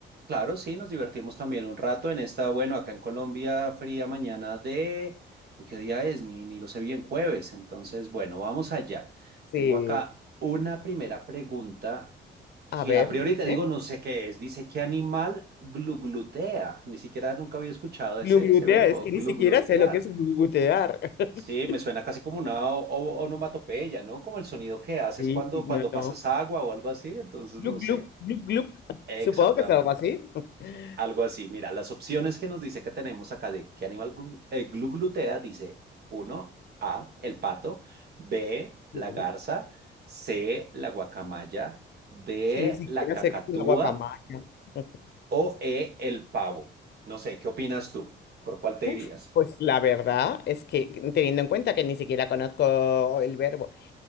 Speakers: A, on the right (about 55°); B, on the left (about 55°).
A: Claro, sí, nos divertimos también un rato en esta, bueno, acá en Colombia, fría mañana de, uy, ¿qué día es? Ni, ni lo sé bien, jueves. Entonces, bueno, vamos allá.
B: Sí,
A: Tengo acá una primera pregunta que
B: a ver,
A: a priori
B: dime.
A: te digo, no sé qué es. Dice, ¿qué animal gluglutea? Ni siquiera nunca había escuchado ese,
B: Gluglutear,
A: ese verbo,
B: es que
A: gluglutear.
B: ni siquiera sé lo que es gluglutear. <laughs>
A: Sí, me suena casi como una o- o- onomatopeya, ¿no? Como el sonido que haces
B: Sí,
A: cuando,
B: no,
A: cuando pasas
B: no.
A: agua o algo así. Entonces,
B: Glug,
A: no sé
B: glug, glug, glug.
A: exactamente.
B: Supongo que es algo así. <laughs>
A: Algo así. Mira, las opciones que nos dice que tenemos acá de qué animal glu- eh, glu- glutea, dice uno A, el pato, B, la
B: Sí,
A: garza, C, la guacamaya, D,
B: Sí, ni siquiera
A: la cacatúa
B: sé qué es una guacamaya. <laughs>
A: o E, el pavo. No sé, ¿qué opinas tú? ¿Por cuál te
B: Uf,
A: dirías?
B: pues la verdad es que teniendo en cuenta que ni siquiera conozco el verbo